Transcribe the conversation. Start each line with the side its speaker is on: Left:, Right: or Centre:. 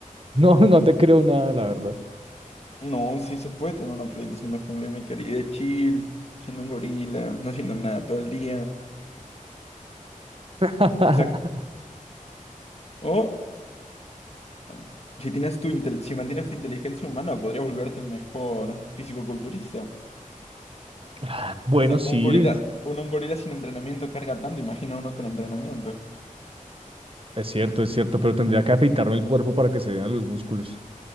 Right: No, no te creo nada, la verdad.
Left: No, sí se puede tener una Play 2 en la jungla, mi querida, chill, siendo un gorila, no haciendo nada todo el día.
Right: <laughs>
Left: Exacto. O, bueno, si tienes tu intel- si mantienes tu inteligencia humana, podrías volverte el mejor fisicoculturista.
Right: Ah, Bueno,
Left: O sea,
Right: sí,
Left: un gorila, un, un gorila sin entrenamiento carga tanto, imagina uno con entrenamiento.
Right: es cierto, es cierto, pero tendría que afeitarme el cuerpo para que se vean los músculos.